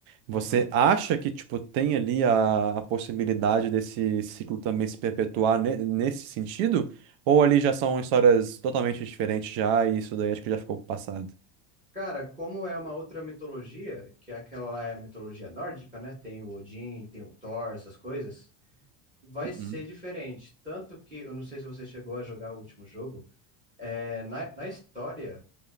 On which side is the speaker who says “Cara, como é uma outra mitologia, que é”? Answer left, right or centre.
Right